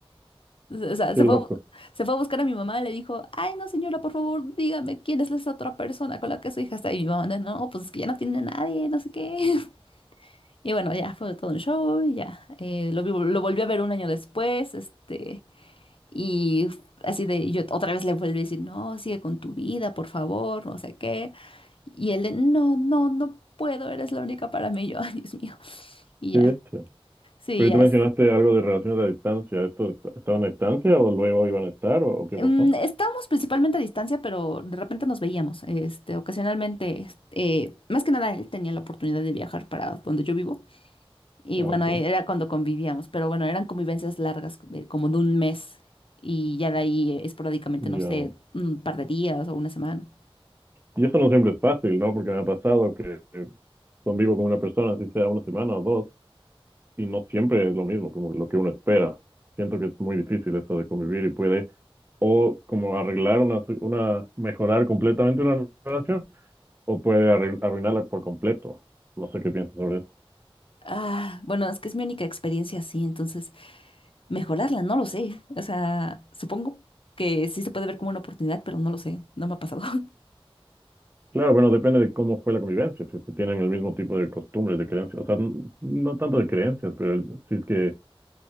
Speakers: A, on the left (about 65°); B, on the right (about 20°).
A: O sea,
B: qué
A: se
B: loco,
A: fue, a bu- se fue a buscar a mi mamá, le dijo, ay, no, señora, por favor, dígame quién es esa otra persona con la que su hija está. Y mi mamá, no, pues es que ya no tiene a nadie, no sé qué. <laughs> Y bueno, ya fue todo un show, y ya. eh, lo, vi- lo volví a ver un año después, este, y f- así de, y yo otra vez le volví a decir, no, sigue con tu vida, por favor, no sé qué. Y él, de, no, no, no puedo, eres la única para mí, Y yo, ay, Dios mío. Y
B: qué
A: ya,
B: bestia.
A: sí,
B: Pero
A: ya.
B: tú mencionaste algo de relaciones a distancia. ¿Esto est- estaban a distancia o luego iban a estar o, o qué pasó?
A: Mm, estábamos principalmente a distancia, pero de repente nos veíamos, este, ocasionalmente, este, eh, más que nada él tenía la oportunidad de viajar para donde yo vivo. Y
B: Ah,
A: bueno,
B: ok.
A: e, era cuando convivíamos, pero bueno, eran convivencias largas, eh, como de un mes. Y ya de ahí eh, esporádicamente,
B: Ya.
A: no sé, un par de días o una semana.
B: Y eso no siempre es fácil, ¿no? Porque me ha pasado que eh, convivo con una persona, así sea una semana o dos, y no siempre es lo mismo como lo que uno espera. Siento que es muy difícil eso de convivir y puede o como arreglar una, una mejorar completamente una relación o puede arruin- arruinarla por completo. No sé qué piensas sobre eso.
A: Ah, bueno, es que es mi única experiencia así, entonces mejorarla, no lo sé. O sea, supongo que sí se puede ver como una oportunidad, pero no lo sé, no me ha pasado. <laughs>
B: Claro, bueno, depende de cómo fue la convivencia, si es que tienen el mismo tipo de costumbres, de creencias, o sea, n- no tanto de creencias, pero el- si es que